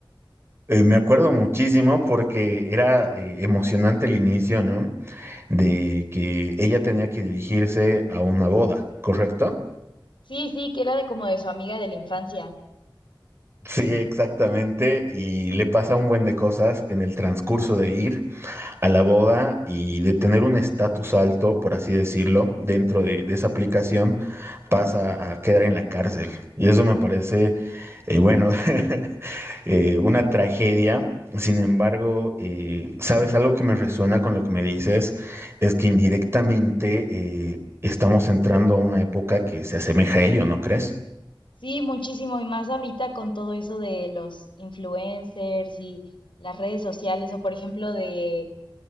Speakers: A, on the right (about 30°); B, on the left (about 80°).
A: eh, me acuerdo muchísimo porque era eh, emocionante el inicio, ¿no? de que ella tenía que dirigirse a una boda, ¿correcto?
B: Sí, sí, que era de como de su amiga de la infancia.
A: Sí, exactamente, y le pasa un buen de cosas en el transcurso de ir a la boda y de tener un estatus alto, por así decirlo, dentro de, de esa aplicación, pasa a quedar en la cárcel. Y eso me parece, eh, bueno, <laughs> eh, una tragedia. Sin embargo, eh, sabes, algo que me resuena con lo que me dices es que indirectamente eh, estamos entrando a una época que se asemeja a ello, ¿no crees?
B: Sí, muchísimo y más ahorita con todo eso de los influencers y las redes sociales o por ejemplo de